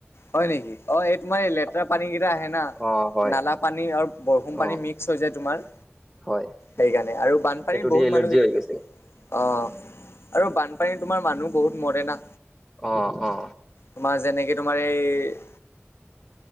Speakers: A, on the left (about 60°); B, in the centre.
A: হয় নেকি অ এই তোমাৰ এই লেতেৰা পানী কেইটা আহে না
B: অ', হয়,
A: নালা পানী আৰু বৰষুণ পানী
B: অ',
A: মিক চৈ যে তোমাৰ
B: হয়,
A: সেইকাৰণে আৰু বানপানীত
B: এইটো
A: বহুত
B: দি এলাৰ্জি
A: মানুহ
B: হৈ গৈছিল।
A: অ আৰু বানপানী, তোমাৰ মানুহ বহুত মৰে না।
B: অ অ,
A: তোমাৰ যেনেকে তোমাৰ এই